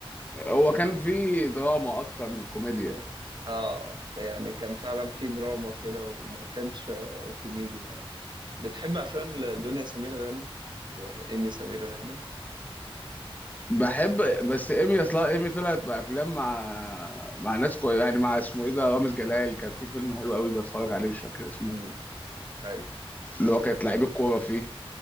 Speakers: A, on the left; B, on the right.
A: هو
B: لا
A: كان فيه دراما اكتر من كوميديا
B: اه يعني كان فعلا في دراما كده وما كانش آه، كوميدي يعني بتحب أفلام لدنيا سمير غانم وإيمي سمير غانم
A: بحب بس ايمي اصلا ايمي طلعت بافلام مع مع ناس كوي يعني مع اسمه ايه ده رامز جلال كان في فيلم حلو قوي بتفرج عليه مش فاكر اسمه
B: امم أيوه
A: اللي هو كانت لعيب الكوره فيه